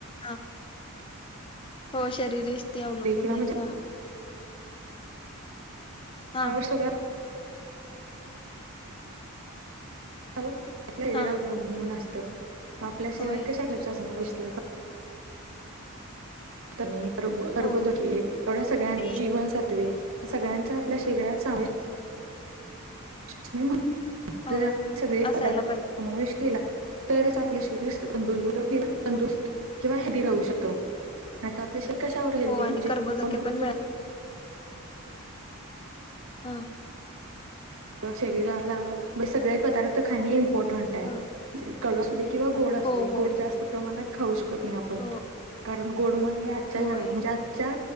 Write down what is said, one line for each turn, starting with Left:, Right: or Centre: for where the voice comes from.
Left: हा हो शरीर <unintelligible> ते अवलंबून
Right: किंवा म्हणजे
Left: आहे हा. हा
Right: त्यावर सगळं आपल्या शरीरावर
Left: हा
Right: अवलंबून असतं, आपल्या शरीरात
Left: होय
Right: कशा <unintelligible> समावेशला पण प्रबोदके
Left: हो
Right: एवढ्या
Left: प्रोटीन
Right: सगळ्यां जीवनसत्वे या सगळ्यांचा आपल्या शरीरात सामा ज
Left: होय
Right: सगळे
Left: असायला
Right: पदार्थ
Left: पाहिजे
Right: समावेश केला तरच आपलं शरीर <unintelligible> किंवा हेल्दी राहू शकत. आता आपल्या श कशावर हेल्दी
Left: हो आणि
Right: म्हणजे
Left: कर्बोदके
Right: कोण बोलतो
Left: पण मिळा हा
Right: शरीराला सगळे पदार्थ खाणे इम्पॉर्टंट आहे.
Left: हा
Right: कडू असूदे किंवा गोड असूदे,
Left: हो हो
Right: गोड जास्त प्रमाणात खाऊ शकत नाही आपण,
Left: हो
Right: कारण गोड आजच्या
Left: होय
Right: जगात म्हणजे आजच्या